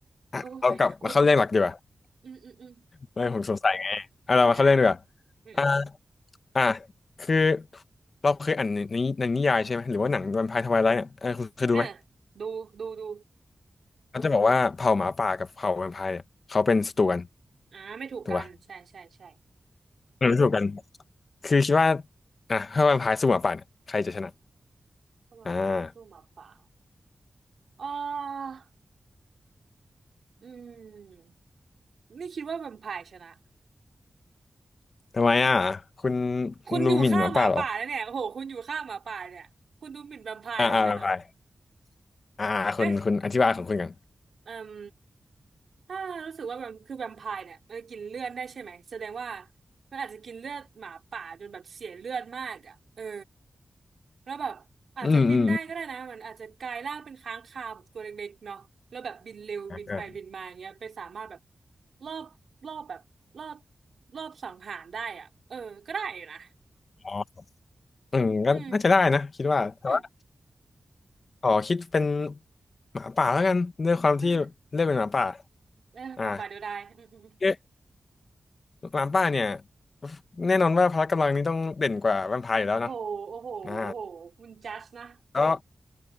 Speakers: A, on the left; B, on the right.
A: อ่ะเรากลับมาเข้าเรื่องหลักดีกว่า
B: โอ้ย <laughs> คุณอืมอืมอืม
A: ไม่ผมสงสัยไงอ่ะเรามาเข้าเรื่องดีกว่า
B: อ่าอืมอืม
A: อ่าอ่าคือเราเคยอ่านในในในนิยายใช่ไหมหรือว่าหนังแวมไพร์ทไวไลท์เนี่ยเออคุณเคยดูไหม
B: เออดูดูดู
A: เขาจะบอกว่าเผ่าหมาป่ากับเผ่าแวมไพร์เนี่ยเขาเป็นศัตรูกัน
B: อ่าไม่ถูกกันใช่ใช่ใช่
A: ถูกป่ะเป็นศัตรูกันคือคิดว่าอ่ะถ้าแวมไพร์สู้หมาป่าเนี่ยใครจะชนะ
B: ถ้าแวมไพร์สู้หมาป่า
A: อ่า
B: เอออืมนี่คิดว่าแวมไพร์ชนะ
A: ทำไมอ่ะคุณ
B: คุณอยู่ข้างหมาป่าแล้วเนี่ยโอ้โหคุณอยู่ข้างหมาป่าเนี่ยคุณดูหมิ่นแวมไพร์เหรองั้นอ่ะ
A: รู้หมิ่นหมาป่าเหรออ่าอ่าไปไปอ่าอ่าคุณคุณอธิบายของคุณกัน
B: <laughs> เอ่มถ้ารู้สึกว่าแบบคือแวมไพร์เนี่ยมันจะกินเลือดได้ใช่ไหมแสดงว่ามันอาจจะกินเลือดหมาป่าจนแบบเสียเลือดมากอ่ะเออแล้วแบบอาจจะบินได้ก็ได้นะมันอาจจะกลายร่างเป็นค้างคาวแบบตัวเล็กๆเนาะแล้วแบบบินเร็วบินไปบินมาอย่างเงี้ยไปสามารถแบบ
A: อืมอืมอ่าอ่า
B: รอบรอบแบบรอบรอบสังหารได้อ่ะเออก็ได้อยู่นะ
A: อ๋ออืมก็น่าจะได้นะคิดว่าแต่ว่า
B: อืมอืม
A: ขอคิดเป็นหมาป่าแล้วกันด้วยความที่เลือกเป็นหมาป่า
B: <sighs> เอยหมาป่าเดียวดายอืมอืมอืม
A: อ่าเอ๊ะหมาป่าเนี่ยแน่นอนว่าพละกำลังนี้ต้องเด่นกว่าแวมไพร์อยู่แล้วเนาะ
B: โอ้โหโอ้โหโอ้โหคุณจัสนะ
A: อ่าก็